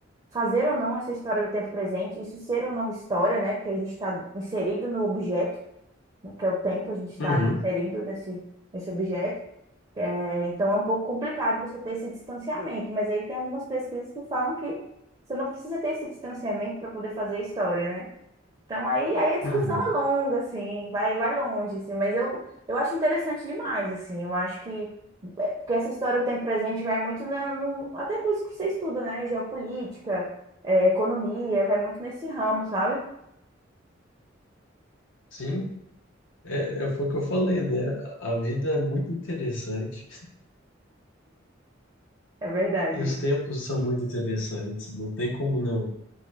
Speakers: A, on the right; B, on the left.
A: fazer ou não essa história do tempo presente, isso ser ou não história, né? Porque a gente está inserido no objeto, né, que é o tempo, a gente está
B: Uhum.
A: inserido nesse, nesse objeto. É, então é um pouco complicado você ter esse distanciamento, mas aí tem algumas pesquisas que falam que você não precisa ter esse distanciamento para poder fazer a história, né? Então aí, aí a discussão
B: Uhum.
A: é longa, assim, vai, vai longe, assim, mas eu, eu acho interessante demais, assim, eu acho que, é, porque essa história do tempo presente vai muito na, no, até coisas que você estuda, né, geopolítica, é, economia, vai muito nesse ramo, sabe?
B: Sim. É, é, foi o que eu falei, né? A vida é muito interessante
A: É verdade,
B: e os
A: viu?
B: tempos são muito interessantes. Não tem como não